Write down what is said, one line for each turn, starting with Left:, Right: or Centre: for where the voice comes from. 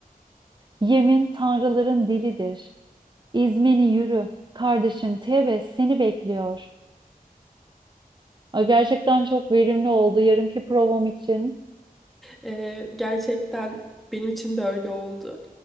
Right: Yemin tanrıların dilidir. İzmeni yürü. Kardeşim Tebes seni bekliyor. Ay, gerçekten çok verimli oldu yarınki provam için.
Centre: Ee, gerçekten benim için de öyle oldu.